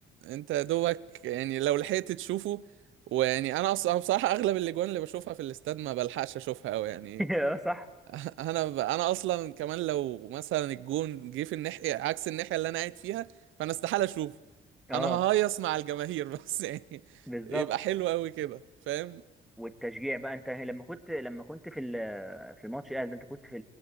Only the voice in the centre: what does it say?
<laughs> اه صح
اه
بالظبط
والتشجيع بقى انت لما كنت لما كنت في ال- في ماتش الاهلي ده، انت كنت في